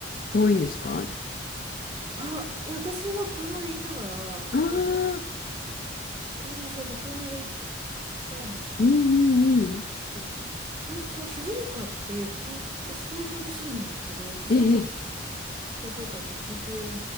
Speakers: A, on the left; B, on the right.
A: 遠いんですか
B: あ、いや、私は車で行ったから、
A: ああ
B: あ、車
A: ー、
B: 車、そうそう、車で行ったんですよね。
A: うんうんうん。
B: だから、そう空港、静岡って空、私東京に住んでんですけど、静岡、
A: ええ
B: 東京間って空港、